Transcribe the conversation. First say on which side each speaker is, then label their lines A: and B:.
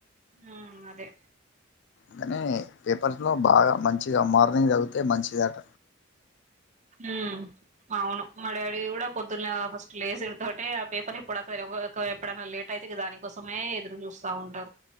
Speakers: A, on the right (about 40°); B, on the left (about 60°).
A: ఉం అదే
B: కానీ పేపర్స్లో బాగా మంచిగా మార్నింగ్ చదితే మంచిదట
A: ఉ అవును మా డాడీ కూడా పొద్దున్న ఫస్ట్ లేసిడుతొటే ఆ పేపర్ ఎప్పుడుత ఒక వే ఎప్పుడైనా లేట్ అయితే ఇగ దానికోసమే ఎదురు చూస్తా ఉంటారు